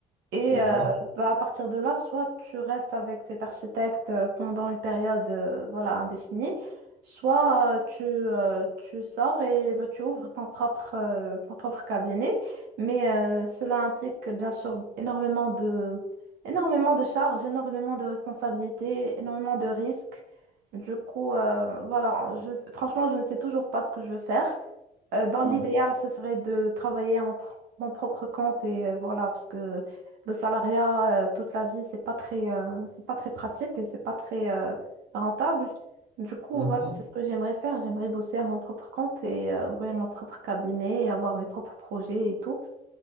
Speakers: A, on the right; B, on the right.
A: Et
B: D'accord.
A: euh, bah, à partir de là, soit tu restes avec cet architecte euh, pendant une période euh, voilà, indéfinie, soit euh, tu, euh, tu sors et bah, tu ouvres ton propre, euh, ton propre cabinet. Mais euh, cela implique bien sûr énormément de, énormément de charges, énormément de responsabilités, énormément de risques. Du coup, euh, voilà, je, franchement, je ne sais toujours pas ce que je veux faire. Euh, dans
B: Ok.
A: l'idéal, ce serait de travailler à mon, pro- mon propre compte et euh, voilà, parce que le salariat, euh, toute la vie, c'est pas très, euh, c'est pas très pratique et c'est pas très, euh, rentable. Du coup,
B: Mhm.
A: voilà, c'est ce que j'aimerais faire. J'aimerais bosser à mon propre compte et euh, ouvrir mon propre cabinet et avoir mes propres projets et tout.